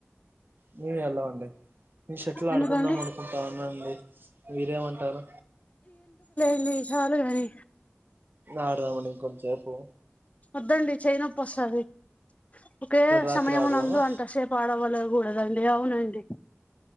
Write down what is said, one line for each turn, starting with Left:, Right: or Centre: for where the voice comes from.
Right: మేము వెళ్ళవండి నేను షటిల్
Left: ఎందుకండి
Right: ఆడుకుందాం అనుకుంటాన్న అండి మీరేమంటారు
Left: అండి చాలుగాని
Right: అడుదామనీ కొంచేపు
Left: వద్దండి చేయి నొప్పి వస్తాది ఓకే
Right: రాత్రి
Left: సమయము
Right: ఆడదామా
Left: నందు అంత సేపు ఆడవలె కూడదండి అవునండి